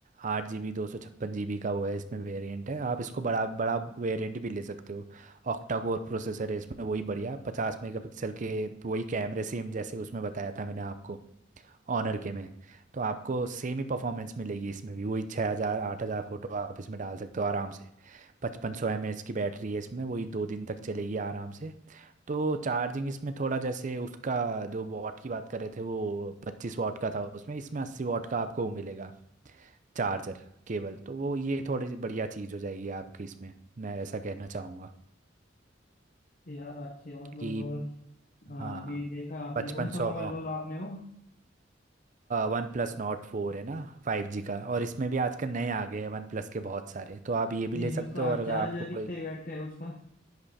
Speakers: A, on the right; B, on the left.
A: आठ जी बी दो सौ छप्पन जी बी का वो है इसमें वेरिएंट है आप इसको बड़ा बड़ा वेरिएंट भी ले सकते हो ऑक्टा कोर प्रोसेसर है इसमें वही बढ़िया पचास मेगा पिक्सल के वही कैमरे सेम जैसे उसमें बताया था मैंने आपको ऑनर के में तो आपको सेम ही परफॉर्मेंस मिलेगी इसमें भी वही छः हज़ार आठ हज़ार फ़ोटो आप इसमें डाल सकते हो आराम से पचपन सौ एम एच की बैटरी है इसमें वही दो दिन तक चलेगी आराम से तो चार्जिंग इसमें थोड़ा जैसे उसका जो वॉट की बात कर रहे थे वो पच्चीस वॉट का था उसमें इसमें अस्सी वॉट का आपको मिलेगा चार्जर केबल तो वो ये थोड़ी सी बढ़िया चीज़ हो जाएगी आपकी इसमें मैं ऐसा कहना चाहूँगा
B: यार अच्छे मतलब
A: कि
B: अ,
A: हाँ
B: अभी देखा आपने
A: पचपन
B: कौन सा
A: सौ
B: मोबाइल बोला आपने वो
A: वन प्लस नॉट फोर है ना फाइव जी का और इसमें भी आजकल नए आ गए हैं वन प्लस के बहुत सारे तो आप ये भी
B: नहीं
A: ले
B: उसका
A: सकते हो और अगर
B: चार्जर
A: आपको कोई
B: कितने वाट का है उसका